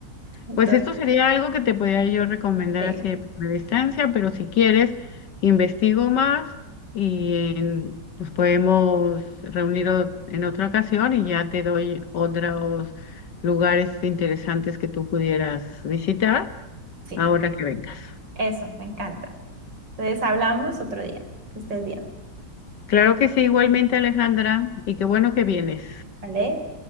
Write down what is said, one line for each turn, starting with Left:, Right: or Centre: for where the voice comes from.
Right: Entonces,
Left: Pues esto sería algo que te podría yo recomendar
Right: sí,
Left: así de primera instancia, pero si quieres, investigo más y en- nos podemos reunir o- en otra ocasión y ya te doy otros lugares interesantes que tú pudieras visitar
Right: sí,
Left: ahora que vengas.
Right: eso, me encanta. Entonces, hablamos otro día. Que estés bien,
Left: Claro que sí, igualmente Alejandra, y qué bueno que vienes.
Right: ¿vale?